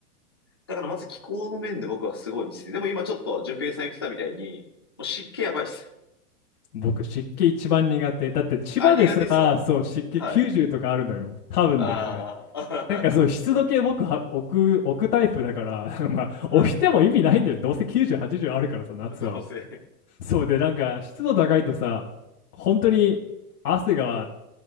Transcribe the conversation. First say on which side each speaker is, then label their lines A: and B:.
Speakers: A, on the left (about 20°); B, on the left (about 85°).
A: だからまず気候の面で僕はすごいですね。でも今ちょっと、順平さん言ってたみたいに、もう湿気やばいっす。
B: 僕湿気一番苦手。だって千葉ですらそう湿気90とかあるのよ。
A: あ、苦手っすかはい。
B: 多分ね、
A: ああ、
B: これ。なんかそう湿度計僕は置く、置くタイプだから <laughs> まあ置いても意味ないんだよ。
A: <laughs> はい。
B: どうせ90、80あるからさ、夏は。
A: <laughs> どうせ。
B: そうでなんか湿度高いとさ、本当に汗が